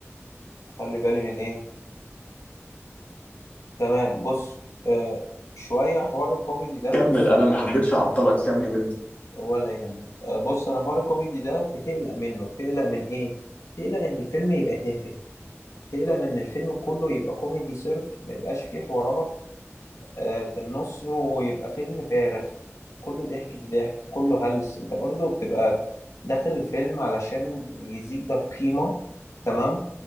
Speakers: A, on the left; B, on the left.
A: أخلي بالي من إيه تمام بص آه، شوية حوار الكوميدي ده
B: كمل انا ما حبيتش اعطلك كمل انت
A: ولا يهمك آه، بص أنا حوار الكوميدي ده بتقلق منه بتقلق من إيه بتقلق إن الفيلم يبقى تافه تقلق إن الفيلم كله يبقى كوميدي صرف ما يبقاش فيه حوارات آه، في النص ويبقى فيلم فارغ كله ضحك في ضحك كله هلس انت برضه بتبقى داخل الفيلم علشان يزيد ده قيمة تمام